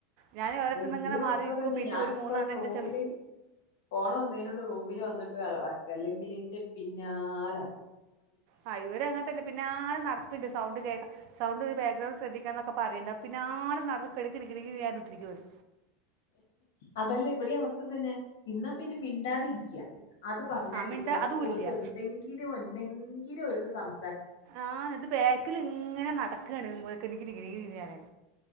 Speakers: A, on the right; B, on the left.
A: ഞാൻ ഓരോത്തന്ന്
B: അത് എന്റെ
A: ഇങ്ങെ
B: അവസ്ഥ
A: മാറി നിക്കും
B: തന്നെ
A: പിന്നെ
B: ഞാനിപ്പ
A: ഒരു മൂന്നണ്ണം
B: റൂമില്
A: എന്റെ ചെ
B: ഫോണ് വന്നതിനോണ്ട് റൂമിൽ വന്നിട്ട് അല്ലെങ്കിൽ ഇന്റെ പിന്നാലാ
A: അ ഇവര് അങ്ങനെ തന്നെ പിന്നാലെ നട്ക്കണ്ട് സൗണ്ട് കേ സൗണ്ട് ഒരു ബാക്ക്ഗ്രൗണ്ട് ശ്രദ്ധിക്കണന്നൊക്കെ പറയണ്ട് പിന്നാലെ നടന്ന് കെട്കിടിക്കിണി പറഞ്ഞ് കുത്തിരിക്കോര്
B: അതല്ല ഇവിടെ അവസ്ഥ തന്നെ ഇന്നാ പിന്നെ മിണ്ടാതിരിക്ക്യാ അത് പറഞ്ഞാ
A: അമിണ്ട
B: കേക്കൂല അപ്പൊ
A: അതും
B: ഓൽക്ക്
A: ഇല്ല
B: എന്തെങ്കിലും എന്തെങ്കിലും ഒര് ക്സം
A: ആഹ് ഇത് ബാക്കിൽ ഇങ്ങനെ നടക്കാണ് കിണി കിണിന്ന് പറയാൻ